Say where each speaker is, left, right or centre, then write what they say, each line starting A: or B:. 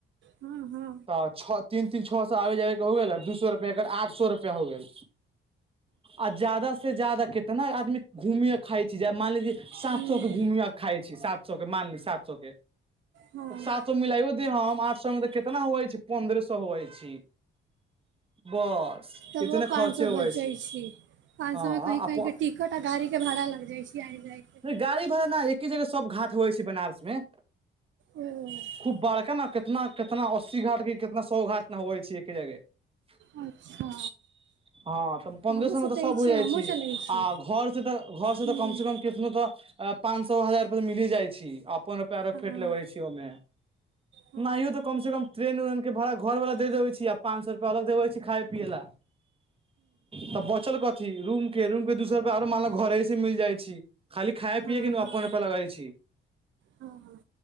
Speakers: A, on the right; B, on the right.
A: हँ हँ
B: तऽ छओ तीन तीन छओ सए आबै जाबै के हो गेल आ दू सए रुपैआ एकर आठ सए रुपआ हो गेल आ ज्यादा से ज्यादा कते ने आदमी घुमिय खाइ छी मान ल सात
A: हूँ
B: सए के घूमिय खाइ छी सात सए के मान ली सात सए के
A: हँ
B: सात सए मिलायो देहम आठ सए मे त कितना होवइ छी पन्द्रह सए होवइ छी बस
A: तबो
B: इतने
A: पाँच
B: खर्चे
A: सए
B: होवै
A: बचइ छी पाच
B: हँ
A: सौ मे कही कहीं टिकट आ गाड़ी के भाड़ा लग जाय छै आब जाय के
B: गाड़ी भाड़ा ना एके जगह सब घाट होइ छै बनारस मे
A: ओ
B: खूब बड़का न क कितना कितना अस्सी घाट कि कितना सए घाट नहोैय छीय एके जगह
A: अच्छा
B: हं त पंद्रह
A: तो हमहूँ
B: सौ
A: सोचै
B: मे तऽ सभ
A: छियै
B: होइ जाइ
A: हमहूँ
B: छै आ
A: चलै छी
B: घर से तऽ घर से
A: हूँ
B: त कम से कम किसनो तऽ पान सौ हजार रुपिया मिलही जाइ छी अपन रूपिया आरो
A: हँ
B: फेंट
A: हँ
B: लेबय छी ओ मे
A: हूँ
B: नाहियो त कम से कम ट्रेन वेन भाड़ा घरवला दे देबे छी आ पान सौ अलग देबय छी खाइ पीबय ले त बचल कथी रुमके रूम के दु सौ रुपिआ आरो घरे स मिल जाइ छी खाली खाइए
A: हँ
B: पिअइ के ना
A: हँ
B: अपन अपन लागइ छी
A: हँ हँ